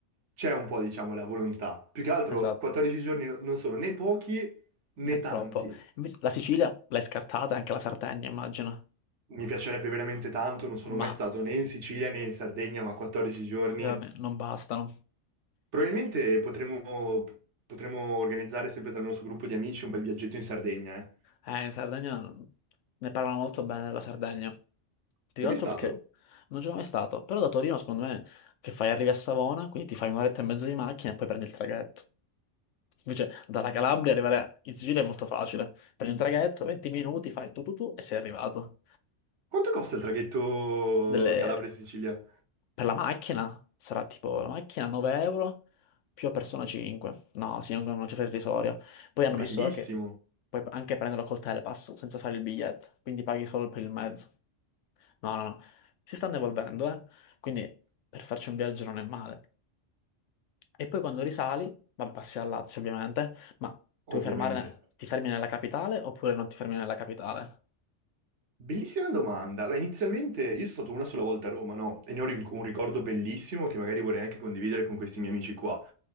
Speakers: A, on the right; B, on the left.
A: c'è un po', diciamo, la volontà. Più che altro,
B: esatto,
A: 14 giorni no- non sono né pochi né
B: è
A: tanti.
B: troppo. Invece la Sicilia l'hai scartata, anche la Sardegna immagino,
A: Mi piacerebbe veramente tanto, non sono
B: ma
A: mai stato né in Sicilia né in Sardegna, ma 14 giorni.
B: secondo me non bastano.
A: Probabilmente potremmo, potremmo organizzare sempre tra il nostro gruppo di amici un bel viaggetto in Sardegna, eh.
B: Eh, in Sardegna non- ne parlano molto bene della Sardegna. Più
A: Sei
B: che altro
A: mai stato?
B: perché non ci sono mai stato. Però da Torino, secondo me, che fai? Arrivi a Savona, quindi ti fai un'oretta e mezza di macchina e poi prendi il traghetto. Invece, dalla Calabria arrivare in Sicilia è molto facile. Prendi un traghetto, 20 minuti, fai tu tu tu e sei arrivato.
A: Quanto costa il traghetto
B: Delle
A: Calabria-Sicilia?
B: Per la macchina sarà tipo la macchina 9 euro più a persona 5. No, sì, è un- una cifra irrisoria. Poi hanno
A: Bellissimo,
B: messo ora che puoi anche prenderlo col Telepass senza fare il biglietto, quindi paghi solo per il mezzo. No, no, no. Si stanno evolvendo, eh. Quindi per farci un viaggio non è male. E poi quando risali, vabbè, passi a Lazio ovviamente, ma
A: ovviamente.
B: tu vuoi fermare, ti fermi nella capitale oppure non ti fermi nella capitale?
A: Bellissima domanda. Allora, inizialmente io sono stato una sola volta a Roma, no? E ne ho ri- un ricordo bellissimo che magari vorrei anche condividere con questi miei amici qua.